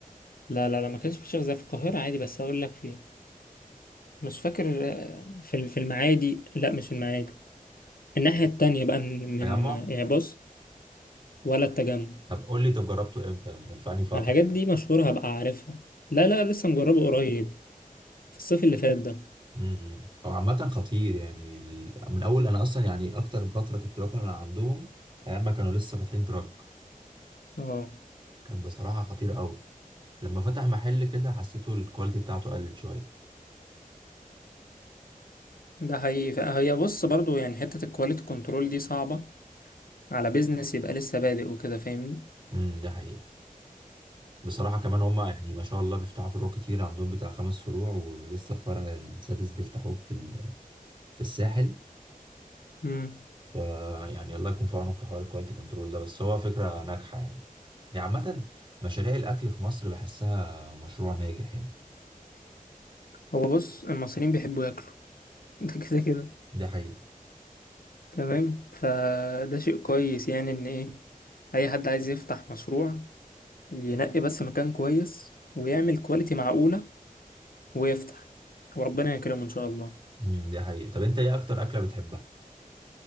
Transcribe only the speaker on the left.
لا لا لا ما كانش في شيخ زي في القاهرة عادي بس هقول لك فين مش فاكر آه، في في المعادي لا مش المعادي الناحية التانية بقى من من
آه، يعني بص ولا التجمع
ما الحاجات دي مشهورة هبقى عارفها لا لا لسه مجربه قريب في الصيف اللي فات ده
اه
ده حقيقي هي بص برضو يعني حتة الكواليتي كنترول دي صعبة على بيزنس يبقى لسه بادئ وكده فاهمني
امم
هو بص المصريين بيحبوا ياكلوا <laughs> ده كده كده
تمام فده شيء كويس يعني ان ايه اي حد عايز يفتح مشروع ينقي بس مكان كويس ويعمل كواليتي معقولة ويفتح وربنا يكرمه ان شاء الله